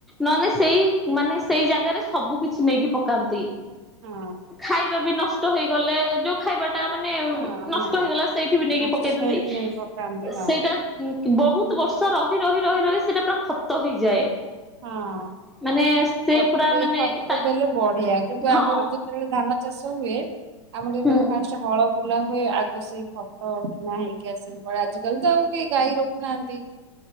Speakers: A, in the centre; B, on the right.
A: ନନେ ସେଇ ମାନେ ସେଇ ଜାଗାରେ ସବୁ କିଛି ନେଇକି ପକାନ୍ତି।
B: ହଁ
A: ଖାଇବା ବି ନଷ୍ ଷ୍ଟ ହେଇଗଲେ ଯୋଉ ଖାଇବା ଟା ମାନେ
B: ହଁ ହଁ
A: ନଷ୍ଟ ହେଇଗଲା ସେଇଠି ବି ନେଇକି ପକେଇଦିଅନ୍ତି
B: ସେଇଠି ନେଇ ପକାନ୍ତି ହଁ।
A: ସେଇଟା ବହୁତ ବର୍ଷ ରହି ରହି ରହି ରହି ସେଟା ପୁରା ଖତ ହେଇଯାଏ।
B: ହଁ। ଖତ
A: ମାନେ ସେ ପୁରା
B: ସେଇ
A: ମାନେ
B: ଖତକୁ
A: ତା
B: ଦେଲେ ବଢିଆ କିନ୍ତୁ
A: ହଁ
B: ଆମର ଯେତେବେଳେ ଧା ଚାଷ ହୁଏ ଆମର ଯେତବେଳେ
A: ହୁଁ
B: ଫାଷ୍ଟ ହଳ ବୁଲା ହୁଏ ଆଗ ସେଇ ଖତ କିଣା ହେଇକି ଆସିକି ଆଜିିକାଲି ତ ଆଉ କେହି ଗାଈ ରଖୁନାହାନ୍ତି